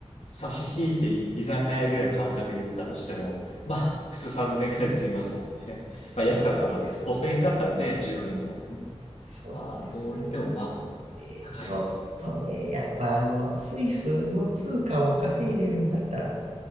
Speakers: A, on the left; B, on the right.
A: 差し引いてい居酒屋ぐらいの感覚で行ったとしても、まあ、普通3000円ぐらいで済みますもんね。
B: そうなんです。
A: <laughs> まあ、安かったら、5000円があったらね、十分ですもんね。
B: そうなんです。
A: まあ、どう言ってもまあ、
B: なので、
A: 高いです。
B: ちょっとね、やっぱあの、スイスの通貨を稼いでるんだったら、